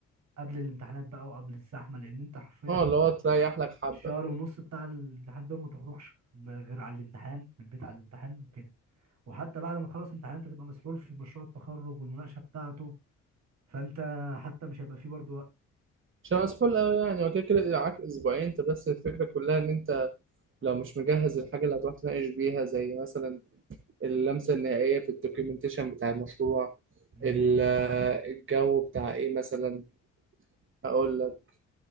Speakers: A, on the right; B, on the right.
A: قبل الامتحانات بقى وقبل الزحمه لان انت حرفيا
B: اه
A: هتقعد
B: اللي هو تريح لك حبة
A: الشهر ونص بتاع الامتحان ده ما تخرجش غير على الامتحان من البيت على الامتحان وكده وحتى بعد ما تخلص الامتحان انت تبقى مسحول في مشروع التخرج والمناقشه بتاعته فانت حتى مش هيبقى فيه برضه وقت
B: عشان مسحول أوي يعني وكده كده كده معاك أسبوعين أنت بس الفكرة كلها إن أنت لو مش مجهز الحاجة اللي هتروح تناقش بيها زي مثلا اللمسة النهائية في الدوكيومنتيشن بتاع المشروع
A: مم.
B: ال- الجو بتاع ايه مثلا هقول لك